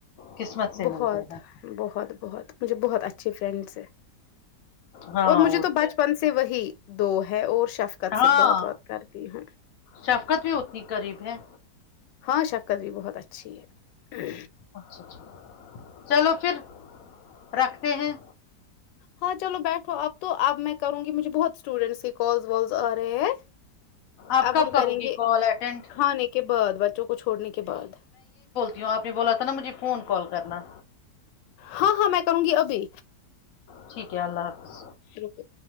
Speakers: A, on the left; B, on the left.
A: قسمت سے
B: بہت
A: ملتے ہیں
B: بہت بہت مجھے بہت اچھے فرینڈس ہے
A: ہاں
B: اور مجھے تو بچپن
A: کیا
B: سے وہی دو ہے اور شفقت
A: ہاں
B: سے بات وات کرتی ہوں
A: شفقت بھی اتنی قریب ہے
B: ہاں شفقت بھی بہت اچھی ہے
A: اچھا اچھا چلو پھر رکھتے ہیں
B: ہاں چلو بیٹھو اب تو اب میں کروں گی مجھے بہت اسٹوڈینٹس کے کالز والز آ رہے ہیں
A: آپ
B: اب
A: کب
B: ہم
A: کرو
B: کریں
A: گی
B: گے
A: کال اٹینڈ
B: کھانے کے بعد بچوں کو چھوڑنے کے بعد
A: جو آپ نے بولا تھا نا مجھے فون کال کرنا
B: ہاں ہاں میں کروں گی ابھی
A: ٹھیک ہے اللہ حافظ
B: روکو